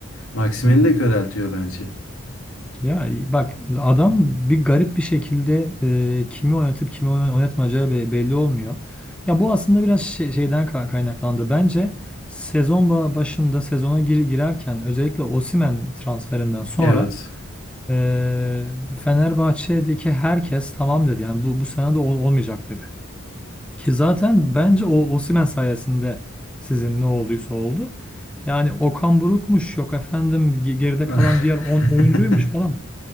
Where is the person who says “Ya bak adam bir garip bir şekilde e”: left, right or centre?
Centre